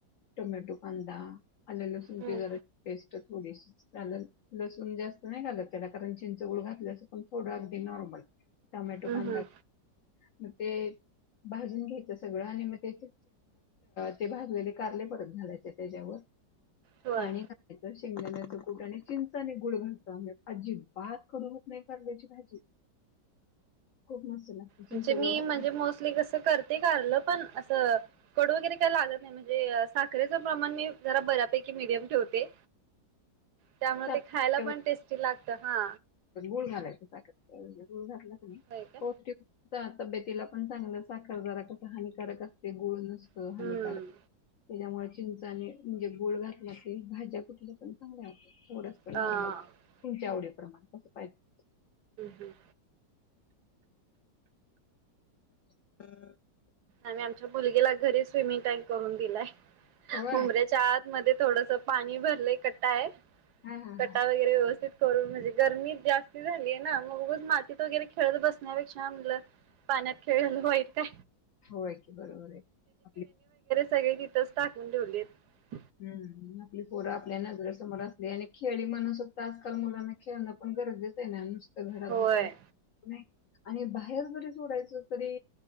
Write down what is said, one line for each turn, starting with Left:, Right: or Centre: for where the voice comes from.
Left: टोमॅटो कांदा आणि लसूणची
Right: हम्म.
Left: जराची पेस्ट थोडीशी त्या <unintelligible> लसूण जास्त नाही घालत त्याला कारण चिंचगूळ घातल्या अस पण थोडं अगदी नॉर्मल टमॅटो
Right: हम्म
Left: खांदा
Right: हम्म
Left: मग ते भाजून घ्यायच सगळं आणि मग तेज ते भाजलेले कारले परत घालायच त्याच्यावर
Right: होय
Left: पाणी खायचं शिंगदाणे कुठ्याने चिंचाने गुळ घालता म्हणजे अजिबात कडू होत नाही कारल्याची भाजी खूप मस्त लागते चिंच
Right: म्हणजे
Left: गुळ
Right: मी
Left: घातली
Right: म्हणजे मोस्टली कसं करते कारलं पण असं कडू वगैरे काय लागत नाही म्हणजे साखरेचं प्रमाण मी जरा बऱ्यापैकी मीडियम ठेवते त्यामुळे
Left: साखर
Right: ते खायला पण टेस्टी लागत हा
Left: गुळ घालायचंग म्हणजे गुळ घातला पिव
Right: होय का
Left: तब्येतीला पण चांगलं साखर जारा कसा हानिकारक असते गुल हानिकारक
Right: हम्म
Left: त्याज्यामुळे चिंचाने म्हणजे गुळ घातला की भाज्या कुठल्या पण चांगल्या हुत्यात थोडस
Right: अ
Left: नॉर्मल
Right: हम्म
Left: तुमच्या आवडी प्रमाण पायजे
Right: हम्म
Left: ह <unintelligible>
Right: आम्ही आमच्या मुलगीला घरी स्विमिंग टँक करून दिलाय
Left: होय
Right: हुभऱ्याच्या आतमध्ये थोडस पाणी भरलंय कटा आहे
Left: हा हा
Right: कटा
Left: हा
Right: वगैरे व्यवस्थित करून म्हणजे गरमी जास्त झालीय ना मग उगच मातीत वगैरे खेळत बसण्यापेक्षा म्हटलं पाण्यात खेळून वाईट <unintelligible> काय
Left: होय की बरोबर आहे आपले
Right: सगळे तिथंच टाकून ठेवलीत
Left: हम्म आपली पोरं आपल्या नजर समोर असलेली आणि खेळी म्हणस होत आजकाल मुलांना खेळणं पण गरजेच आहे ना घरात
Right: होय
Left: बसून नाही आणि बाहेर जरी सोडायच तरी